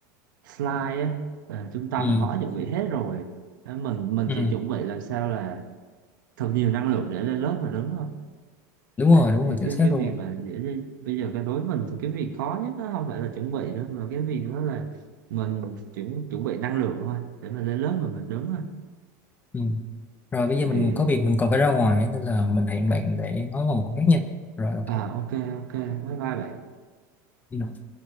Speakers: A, on the right (about 85°); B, on the left (about 15°).
A: slide á, ờ, trung tâm
B: Ừ.
A: có chuẩn bị hết rồi Ờ, mình mình
B: Ừ.
A: chỉ chuẩn bị làm sao là thật nhiều năng lượng để lên lớp mà đúng không
B: đúng
A: à,
B: rồi đúng
A: thì
B: rồi chính
A: cái
B: xác
A: cái việc
B: luôn
A: mà dễ bây giờ cái đối với mình thì cái việc khó nhất đó không phải là chuẩn bị nữa mà cái việc đó là mình chuẩn chuẩn bị năng lượng thôi để mà lên lớp mà mình đứng thôi
B: ừ. rồi bây
A: tại
B: giờ
A: vì
B: mình có việc mình còn phải ra ngoài á, nên là mình hẹn
A: à,
B: bạn để nói vào một khác nha rồi ok
A: à ok ok bye bye bạn
B: Ừ.